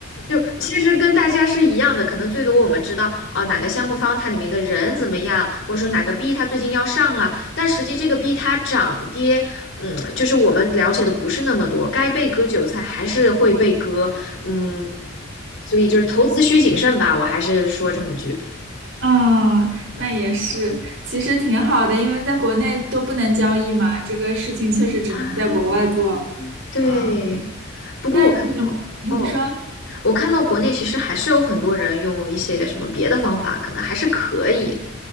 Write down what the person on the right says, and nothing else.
嗯，那也是，其实挺好的，因为在国内都不能交易嘛，这个事情确实只能在国外做。
嗯，
那你你说，